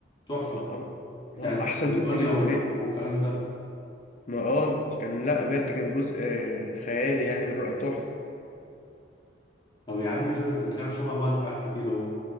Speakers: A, on the left (about 25°); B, on the left (about 45°).
A: تحفه
B: اه اه
A: بتاعت
B: آه، احسن
A: كانت بريطانيا
B: جزء بالنسبه
A: جامدة والقمر
B: لي
A: والكلام ده
B: ما اه كان لا بجد كان جزء آه، خيالي يعني الر- تحفه
A: طب يا عم حلو احنا طلعنا شبه بعض في حاجات كتير اهو